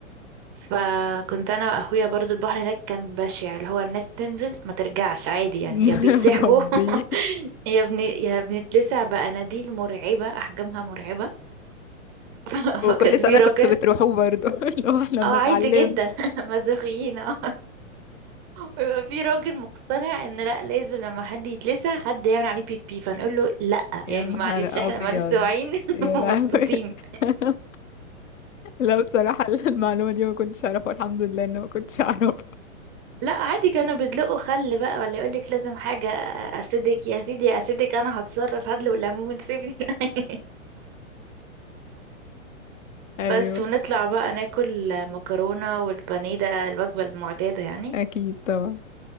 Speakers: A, on the right (about 15°); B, on the left (about 70°).
A: فكنت انا واخويا برضو البحر هناك كان بشع اللي هو الناس تنزل ما ترجعش عادي يعني
B: يا
A: يا بيتسحبوا
B: ربي
A: <laughs> يا بن يا بنتلسع بقناديل مرعبة احجامها مرعبة <laughs>
B: وكل
A: فكان في
B: سنه
A: راجل
B: كنتوا بتروحوا برضو <laughs> اللي هو احنا بنتعلمش
A: اه عادي جدا <laughs> مازوخيين اه ويبقى في راجل مقتنع ان لا لازم لما حد يتلسع حد يعمل عليه بيبي فنقول له لا
B: يا
A: يعني
B: نهار
A: معلش احنا
B: ابيض
A: مالناش واعيين <laughs>
B: يا
A: ومبسوطين
B: لهوي <laughs> لا بصراحة <laughs> المعلومة دي ما كنتش أعرفها الحمد لله إن ما كنتش <laughs> أعرفها
A: لا عادي كانوا بيدلقوا خل بقى ولا يقولك لازم حاجة أسيدك يا سيدي يا أسيدك أنا هتصرف هدلق ليمون سيبني <laughs>
B: أيوة
A: بس ونطلع بقى ناكل مكرونة والبانيه ده الوجبة المعتادة يعني
B: أكيد طبعا